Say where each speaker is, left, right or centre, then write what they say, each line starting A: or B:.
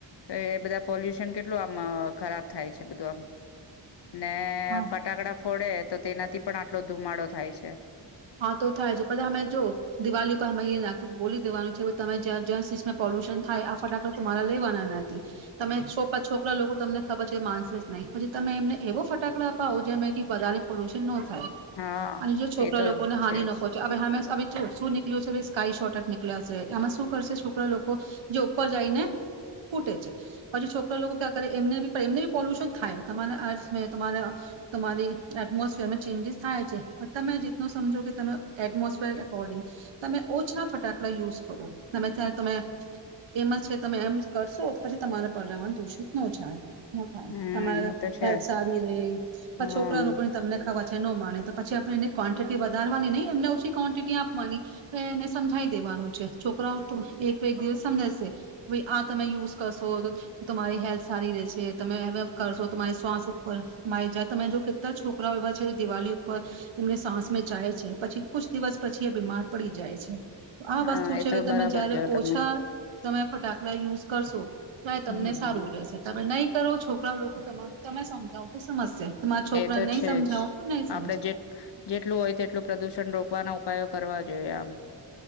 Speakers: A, on the left; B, on the right.
A: એ બધા પોલ્યુશન કેટલું આમ ખરાબ થાય છે બધું આમ ને
B: હા
A: ફટાકડા ફોડે તો તેનાથી પણ આટલો ધુમાડો થાય છે.
B: હા તો થાય છે પછા અમે જો દિવાળી પરર અમે એ નાખી બોલી દેવાનું છે તમે જ્યાં સમાં પ પોલ્યશન થાય આ ફટાકડા તો તમારા લ બનાના તમે છોપ છોકરા લોકો તમને ખબર છે માનસે જ નહિ પછી તમે એમને એવો ફટાકડા અપાવો જે કે બધાને પોલ્યુશન ન થાય
A: હા
B: જો છો
A: એ
B: લોકોને
A: તો
B: હાિ
A: છે
B: ન
A: જ
B: પહોચ હવે હમે જો શું? છે સ્કાય શોર્ટ જ નીકળ્યા છે એમાં શું કરશે છોકરા લોકો જાય ને ફૂટે છે પછી છોકરા લોકો ક્યાં કરે. એમને બી પણ એમને બી પોલ્યુશન થાય, તમારા અર્થ મે તમારે તમારી એટમોસફિયરમાં ચેન્જીસ થાય છે પણ તમે જે ન સમજો કે તમે એટમોસફેર અકોર્ડિંગ તમે ઓ અછા ફટાકડા યુઝ કરો તમે ત્યારે તમે એમ જ છે તમે એમ કરશો તો પછી તમારે ર દુષિત ન થાય થાય
A: હમ
B: તમારા
A: એ તો છે
B: હેલ્ સારી ર
A: હા
B: છોકરા છોકરી તમને ખાવા નો માણે તો પછી આપણે એને કો્વાન્ટિટી વધારવાની નહી એમને ઓછી ક્વોન્ટિટી આપવાની એને સમજાઈ દેવાનું છે. છોકરાઓ એક એક દિવસ સમજાશે ભાઈ આ તમે યુઝ કરશો તો તમારી હેલ્થ સારી રહેેશે તમે હવે કરશો તમારી શ્વાસ ઉપર માય જા તમે જો કેત્તા છોકરાઓ એવા છે તો દિવાળી ઉપર એમને સાસ મે જાય છે. પછી કુછ દિવસ પછી એ બીમાર પડી જાય છે. તો આ વસ્તુ
A: હા એ
B: છે
A: તો
B: હવે
A: બરાબર
B: તમે જયારે
A: કેવો તમે
B: ઓછા તમે ફટાકડા યુઝ કરશો. તો આય
A: હમ
B: તમને સારું રહેશે તમે નઈ કરો, છોકરાઓ લો તો તમાર-તમે સમજાવ તો સમજશે. તમારા છોકરાન
A: એ તો
B: નઈ
A: છે
B: સમજાવ
A: જ
B: તો નઈ સમજે
A: આપડે જે જેટલું હોય તેટલું પ્રદુષણ રોકવાના ઉપાયો કરવા જોઈએ આમ.